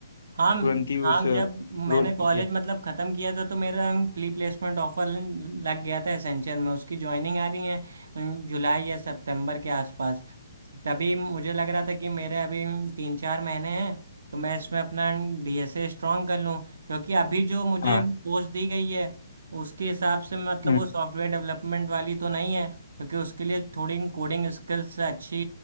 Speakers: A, on the right; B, on the left.
A: हाँ
B: तुरंत ही उस
A: हाँ
B: रोल
A: जब मैंने
B: के
A: कॉलेज
B: लिए
A: मतलब ख़त्म किया था तो मेरा प्री प्लेसमेंट ऑफर लग गया था एसेंचर में उसकी ज्वाइनिंग आ रही है अम, जुलाई या सितंबर के आसपास तभी मुझे लग रहा था कि मेरे अभी तीन चार महीने हैं तो मैं इसमें अपना डीएसए स्ट्रॉन्ग कर लूँ क्योंकि अभी जो मुझे
B: हाँ।
A: पोस्ट दी गई है उसके हिसाब से मतलब
B: हम्म
A: वो सॉफ्टवेयर डेवलपमेंट वाली तो नहीं है क्योंकि उसके लिए थोड़ी कोडिंग स्किल्स अच्छी